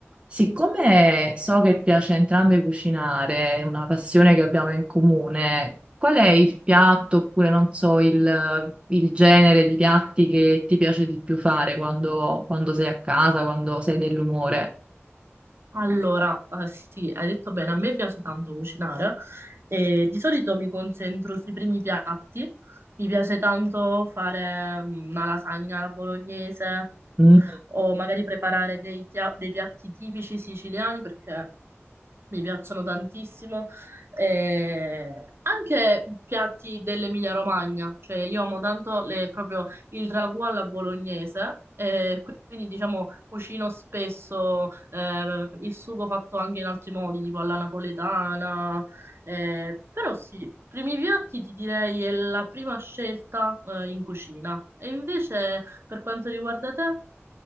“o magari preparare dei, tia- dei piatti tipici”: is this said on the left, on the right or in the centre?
Right